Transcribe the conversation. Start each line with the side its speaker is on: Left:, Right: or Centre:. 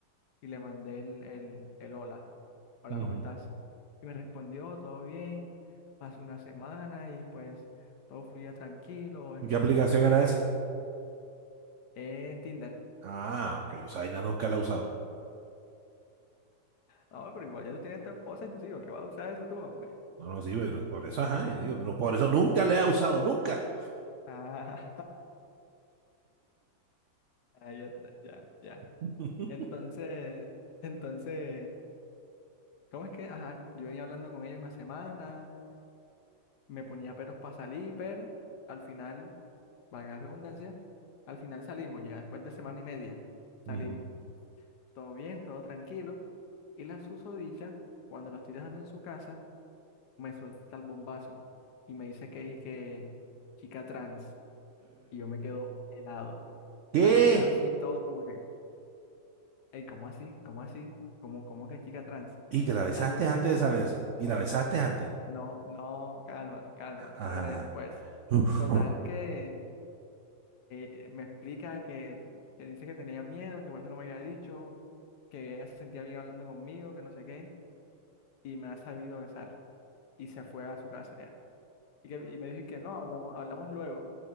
Left: Y le mandé el, el, el hola, hola,
Right: Ujú.
Left: ¿cómo estás? Y me respondió, todo bien, pasó una semana y pues todo fluía tranquilo, esta
Right: ¿Y ¿Qué aplicación
Left: sí sentía
Right: era
Left: que
Right: esa?
Left: es Tinder.
Right: Ah, ok, yo esa vaina nunca la he usado.
Left: No, pero igual ya tú tienes tu esposa y tus hijos, ¿qué vas a usar eso tú, hombre?
Right: No, no, sí, pero por eso, ajá, yo digo, pero por eso nunca la he usado, nunca.
Left: Ah, <laughs> ah, ya está, ya, ya.
Right: <laughs>
Left: Entonces, entonces, ¿cómo es que? Ajá, yo venía hablando con ella una semana me ponía peros para salir, pero al final, valga la redundancia, al final salimos ya, después de semana y media,
Right: Ujú.
Left: salimos. Todo bien, todo tranquilo. Y la susodicha, cuando la estoy dejando en su casa, me suelta el bombazo y me dice que es que chica trans. Y yo me quedo helado. O
Right: ¿Qué?
Left: sea, me quedo así todo como que, hey, ¿cómo así? ¿Cómo así? ¿Cómo, cómo que chica trans? O
Right: Y te la besaste
Left: sea, yo me
Right: antes
Left: quedé como
Right: de saber
Left: que,
Right: eso. Y la besaste antes.
Left: no, no, cálmate, cálmate,
Right: Ajá. ajá.
Left: soy una después.
Right: <laughs>
Left: Total que eh, eh, me explica que, que dice que tenía miedo, que por eso no me había dicho, que ella se sentía bien hablando conmigo, que no sé qué, y me ha sabido besar y se fue a su casa ya. Y, que, y me dijo que no, hablamos, hablamos luego.